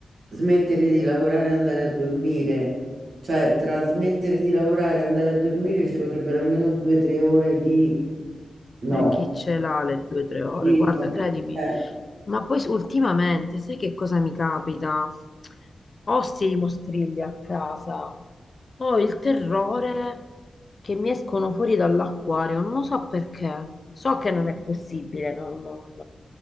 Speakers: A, on the right (about 65°); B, on the left (about 40°).
A: smettere di lavorare e andare a dormire, cioè tra smettere di lavorare e andare a dormire ci vorrebbero almeno due o tre ore di no,
B: E chi ce l'ha le due o tre ore?
A: capito?
B: Guarda, credimi.
A: Eh,
B: Ma poi ultimamente, sai che cosa mi capita? Ho sti mostrilli a casa Ho il terrore che mi escono fuori dall'acquario, non lo so perché. So che non è possibile, non, non-